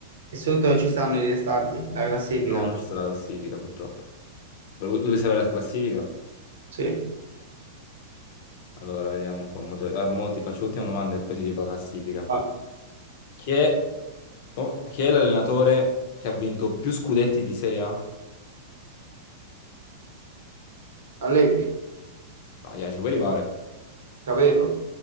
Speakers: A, on the right; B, on the left.
A: E sotto ci stanno i restanti, la classifica.
B: No, non ci sta la classifica purtroppo. Vu- Vuoi sapere la classifica?
A: Sì.
B: Allora, vediamo un po'. Mo te- eh, mo ti faccio l'ultima domanda e poi ti dico la classifica.
A: Vai.
B: Chi è, oh, chi è l'allenatore che ha vinto più scudetti di Serie A?
A: Allegri,
B: No, yeah, ci puoi arrivare?
A: Capello.